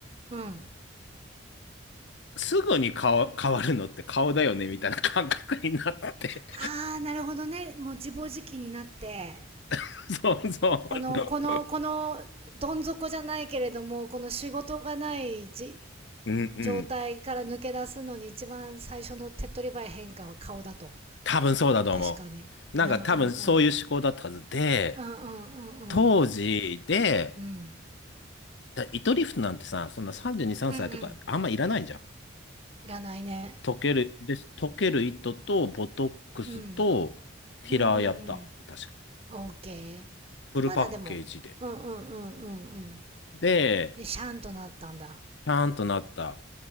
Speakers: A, on the right; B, on the left.
A: うん。
B: すぐに顔、変わるのって顔だよね、みたいな感覚になって。
A: ああ、なるほどね。もう自暴自棄になって、
B: <laughs> そうそう。
A: この、この、この、どん底じゃないけれども、この仕事がないじ
B: うんうん。
A: 状態から抜け出すのに一番最初の手っ取り早い変化は顔だと。
B: 多分そうだと思う。
A: 確かに。
B: なんか多分そういう思考だったはずで、
A: うんうんうん。うんうんうんうん。
B: 当時で、
A: うん。
B: だ糸リフトなんてさ、そんな32、3歳とかあんまいらないじゃん。
A: うんうん。いらないね。
B: 溶ける、で、溶ける糸とボトックスと平やった。
A: うん。うんうんうん。
B: 確か。
A: オーケー。
B: フルパッケージで。
A: まだでも、うんうんうんうんうん。
B: で、
A: で、シャンとなったんだ。
B: ちゃんとなった。